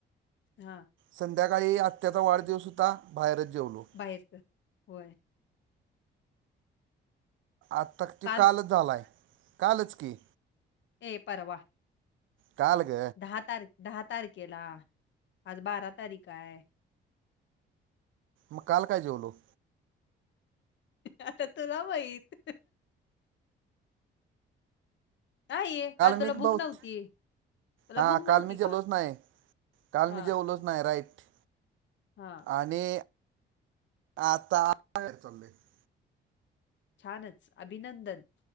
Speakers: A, on the left; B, on the right.
A: हा.
B: संध्याकाळी आत्याचा वाढदिवस होता बाहेरच जेवलो.
A: बाहेरच... होय
B: आत्ता
A: काल
B: तो कालच झालाय, कालच की.
A: ए परवा
B: काल ग
A: दहा तारीक दहा तारकेला आज बारा तारीक हाय
B: मग काल काय जेवलो?
A: आता तुला माहित. नाही काल तुला
B: मी
A: भूक
B: बहुत
A: नव्हती. तुला
B: हा
A: भूक नव्हती
B: काल मी जेवलोच नाही, काल
A: हा
B: मी जेवलोच नाही राईट
A: हा
B: आणि आता चाले <unintelligible>
A: छानच अभिनंदन.